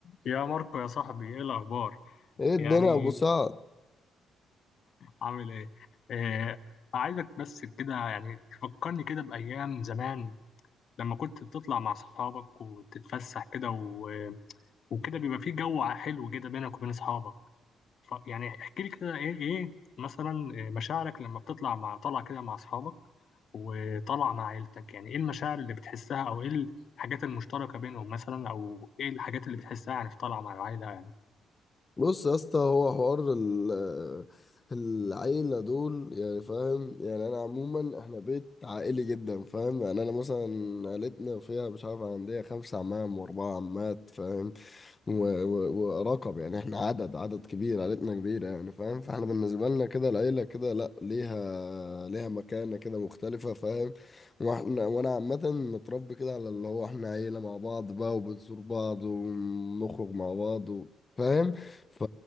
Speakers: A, on the left; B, on the left.
A: يا ماركو يا صاحبي ايه الاخبار
B: ايه الدنيا
A: يعني
B: يا ابو سعد
A: عامل ايه آه عايزك بس كده يعني تفكرني كده بايام زمان لما كنت بتطلع مع اصحابك وتتفسح كده و... وكده بيبقى في جو حلو كده بينك وبين اصحابك ف... يعني احكي لي كده ايه ايه مثلا آه، مشاعرك لما بتطلع مع طلع كده مع اصحابك وطلع مع عيلتك يعني ايه المشاعر اللي بتحسها او ايه الحاجات المشتركة بينهم مثلا او ايه الحاجات اللي بتحسها يعني في طلعة مع العيلة
B: بص يا اسطى هو حوار ال- العيلة دول يعني فاهم يعني انا عموما احنا بيت عائلي جدا فاهم يعني انا مثلا عيلتنا فيها مش عارف عندي خمسة عمام واربعة عمات فاهم و- و- ورقم يعني احنا عدد عدد كبير عائلتنا كبيرة يعني فاهم فاحنا بالنسبة لنا كده العيلة كده لا ليها ليها مكانة كده مختلفة فاهم واحنا وانا عامة متربي كده على اللي هو احنا عيلة مع بعض بقى وبنزور بعض ونخرج مع بعض و... فاهم ف